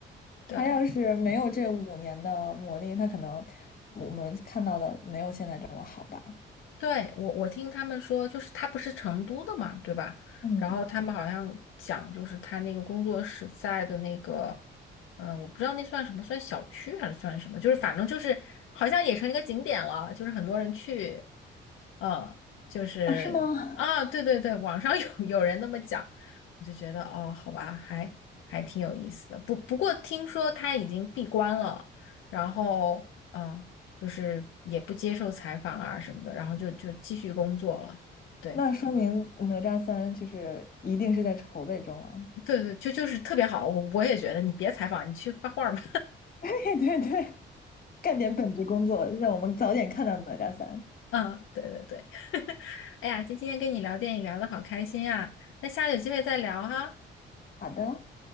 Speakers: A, on the left; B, on the left.
A: 对。
B: 他要是没有这五年的磨砺，他可能我们看到的没有现在这么好吧？
A: 对，我我听他们说，就是他不是成都的嘛，对吧？
B: 嗯，
A: 然后他们好像讲，就是他那个工作室在的那个，嗯、我不知道那算什么，算小区还是算什么？就是反正就是好像也成一个景点了，就是很多人去。嗯，就是啊，
B: 啊，是吗？
A: 对对对，网上有有人那么讲，我就觉得哦，好吧，还还挺有意思的。不不过听说他已经闭关了，然后嗯，就是也不接受采访啊什么的，然后就就继续工作了。对
B: 那说明哪吒三就是一定是在筹备中了。
A: 对对，就就是特别好，我我也觉得你别采访，你去画画吧。
B: <laughs> 对对对，干点本职工作，让我们早点看到哪吒三。
A: <laughs> 嗯，对对对，哎呀，今天跟你聊电影聊得好开心呀，那下次有机会再聊哈。
B: 好的，